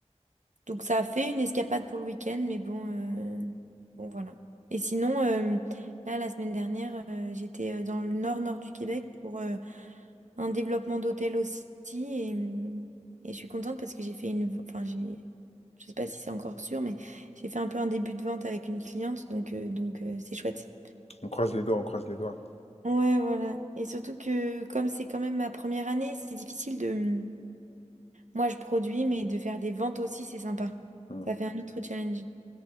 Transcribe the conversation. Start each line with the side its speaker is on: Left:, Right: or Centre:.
Right: Donc ça a fait une escapade pour le week-end, mais bon, euh, bon voilà. Et sinon, euh, là, la semaine dernière, euh, j'étais euh, dans le nord-nord du Québec pour euh, un développement d'hôtel aussi. Et, hum, et je suis contente parce que j'ai fait une... v- Enfin, j'ai... Je sais pas si c'est encore sûr, mais j'ai fait un peu un début de vente avec une cliente, donc euh, donc euh, c'est chouette.
Left: On croise les doigts, on croise les doigts.
Right: Ouais, voilà. Et surtout que comme c'est quand même ma première année, c'est difficile de... Moi, je produis, mais de faire des ventes aussi, c'est sympa.
Left: Hmm.
Right: Ça fait un autre challenge.